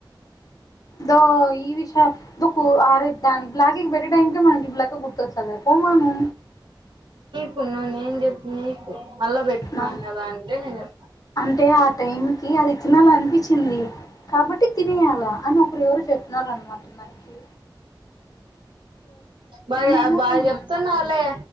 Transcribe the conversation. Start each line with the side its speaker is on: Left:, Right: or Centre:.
Left: దా యి ఈ విషా దుః ఆరుద్దా బ్లాగీ కి బెట్టే టైం మ ఇలాకా గురుతు వచ్చదా పోమను
Right: కొను నేను చెప్ నీకు మళ్ళా పెట్టుకున్నాను
Left: నా
Right: కదా అంటే నేను చెప్తాను
Left: అంటే ఆ టైం కి అది తినాల అనిపించింది కాబట్టి తినేయాల అని ఇప్పుడు ఎవరు చెప్తుినార అనమాట నాకి
Right: బాగా
Left: నేను
Right: బాగా చెప్తున్నాలే